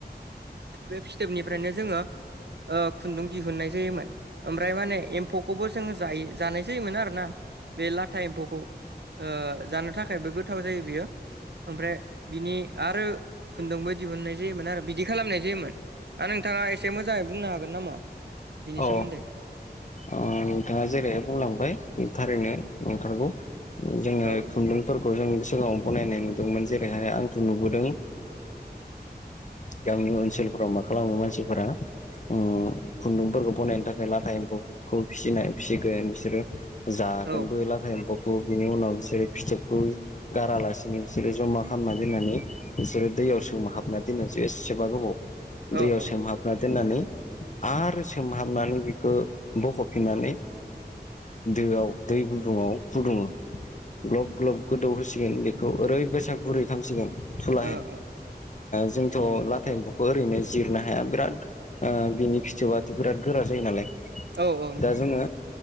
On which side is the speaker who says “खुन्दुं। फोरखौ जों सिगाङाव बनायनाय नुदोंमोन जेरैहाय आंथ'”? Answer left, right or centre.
Left